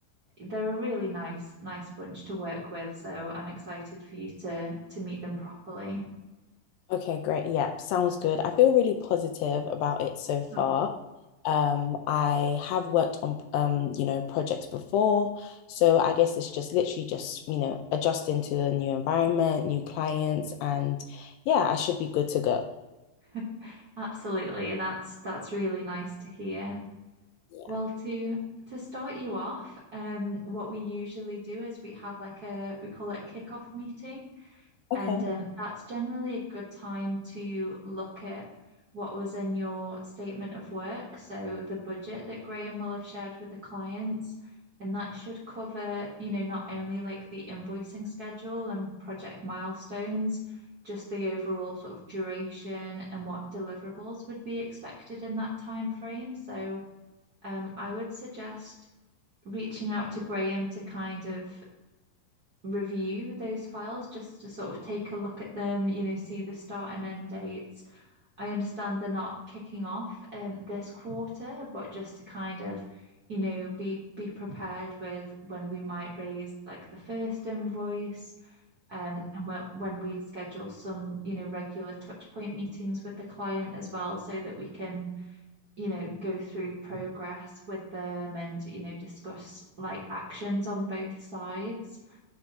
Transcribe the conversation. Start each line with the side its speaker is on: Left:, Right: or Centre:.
Right: they're a really nice, nice bunch to work with. So I'm excited for you to to meet them properly.
Left: Okay, great. Yeah, sounds good. I feel really positive about it so far.
Right: Oh,
Left: Um, I have worked on um, you know, projects before, so I guess it's just literally just, you know, adjusting to the new environment, new clients, and yeah, I should be good to go.
Right: <laughs> Absolutely. That's that's really nice to hear.
Left: Yeah.
Right: Well, to to start you off, um, what we usually do is we have like a we call it a kickoff meeting.
Left: Okay.
Right: And um, that's generally a good time to look at what was in your statement of work. So the budget that Graham will have shared with the clients. And that should cover, you know, not only like the invoicing schedule and project milestones, just the overall sort of duration and what deliverables would be expected in that time frame. So um, I would suggest reaching out to Graham to kind of review those files just to sort of take a look at them, you know, see the start and end dates. I understand they're not kicking off um, this quarter, but just to kind of, you know, be be prepared with when we might raise like the first invoice, um, and when when we'd schedule some, you know, regular touch point meetings with the client as well, so that we can, you know, go through progress with them and, you know, discuss like actions on both sides.